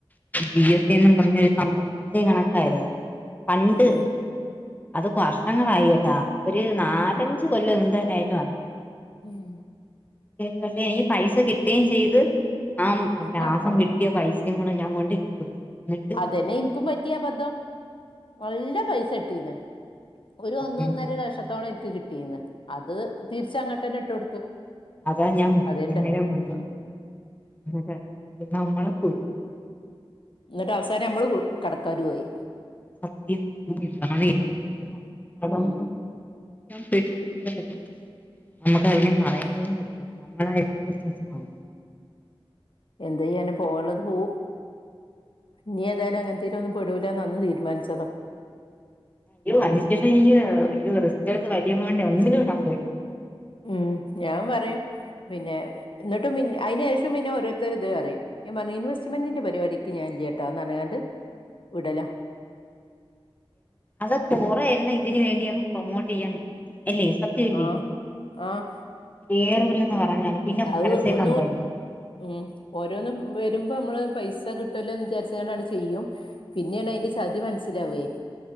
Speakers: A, on the left; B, on the left.
A: ജി എസ് ന്ന് പറഞ്ഞൊരു സംഭവം ഇതേ കണക്കായിരുന്നു പണ്ട്
B: ഉം
A: ഏ.. അത് വർഷങ്ങളായി കേട്ടാ... ഒരു നാലഞ്ചു
B: ഉം
A: കൊല്ലം എന്തരായിട്ടും ആയി
B: ഉം
A: പക്ഷെ എനിക്ക് പൈസ കിട്ടുകയും ചെയ്ത് ആ ലാഭം
B: ആ
A: കിട്ട കിട്ടിയ പൈസയും കൂടെ ഞാൻ കൊണ്ട് കൊടുത്തു എന്നിട്ട്
B: അതെന്നെ ഇൻക്കും പറ്റിയബദ്ധം നല്ല പൈസ കിട്ടീന്ന് ഒരു
A: സത്യം
B: ഒന്നൊന്നര ലക്ഷത്തോളം എനിക്ക് കിട്ടീന്ന് അത് തിരിച്ചങ്ങട്ടന്നെ ഇട്ട് കൊടുത്തു
A: അതാ ഞാൻ മുപ്പതിനായിരം
B: അതേണ്ട്
A: കൊണ്ടു
B: ഉം
A: <unintelligible> നമ്മളെ
B: ന്നിട്ട് അവസാനം നമ്മൾ കടക്കാരും ആയി
A: സത്യം... ഓ ഇതു കാരണം
B: ഉം
A: എനിക്ക് എന്ത് മാത്രം കടം
B: ഉം
A: പെട്ട് പോയതാ.. നമുക്ക് അതിനെ പറയാൻ പോലും പറ്റില്ല നമ്മളായിട്ട് <unintelligible>
B: എന്താ ചെയ്യാന പോവാനുള്ളത് പോവും ഇനി എതായാലും അങ്ങനത്തേലൊന്നും പെടൂലാന്ന് അന്ന് തീരുമാനിച്ചത
A: അതിന് ശേഷം റിസ്കടുത്തു വലിയ എമൗണ്ട് ഒന്നിലും ഇടാൻ പോയി
B: ഉം ഞാൻ പറയും പിന്നെ ന്നിട്ട് അയിന് ശേഷം പിന്നെ ഓരോരുത്തര് ഇത് പറയും ഞാൻ പറഞ്ഞ ഇൻവെസ്റ്റ്മെന്റിന്റെ പരിപാടിക്ക് ഞാൻ ഇല്ലാട്ടന്ന് പറഞ്ഞ്ങ്ങാണ്ട് ഞാൻ വിടലാ
A: അതൊ കുറെ എണ്ണം ഇതിന് വേണ്ടിയങ് പ്രൊമോട്ട് ചെയ്യാൻ നിക്കു അല്ലേ സത്യല്ലേ
B: ആഹ് ആഹ്
A: കേറൂലന്ന് പറഞ്ഞാല് പിന്നെ
B: അത്
A: പരസ്യ കമ്പനി
B: നൂറ് ഉം ഓരോന്ന് വരുമ്പോ നമ്മള് പൈസ കിട്ടുവല്ലോന്ന് വിചാരിചാണ്ട് അങ്ങട് ചെയ്യും പിന്നെയാണ് അതിന്റെ ചതി മനസ്സിലാവേ